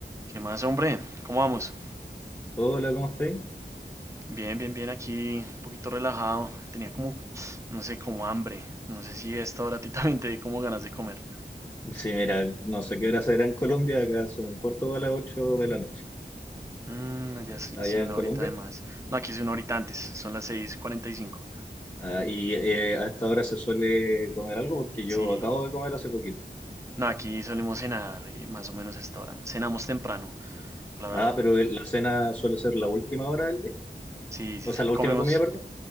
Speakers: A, on the right (about 15°); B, on the left (about 15°).
A: ¿Qué más, hombre? ¿Cómo vamos?
B: Hola, ¿cómo estáis?
A: Bien, bien, bien, aquí, un poquito relajado. Tenía como, no sé, como hambre. No sé si a esta hora a ti <laughs> también te di como ganas de comer.
B: Sí, mira, no sé qué hora será en Colombia, acá son un cuarto para las ocho de la noche,
A: Mm, allá sí,
B: allá
A: sí, una
B: en Colombia.
A: horita de más. No, aquí es una horita antes, son las seis cuarenta y cinco.
B: Ah, y eh, a esta hora se suele comer algo porque
A: Sí,
B: yo acabo de comer hace poquito.
A: no, aquí solemos cenar eh, más o menos a esta hora. Cenamos temprano, la verdad.
B: Ah, pero el- la cena suele ser la última hora del día,
A: Sí, sí,
B: o sea,
A: sí.
B: la
A: Comimos.
B: última comida, perdón.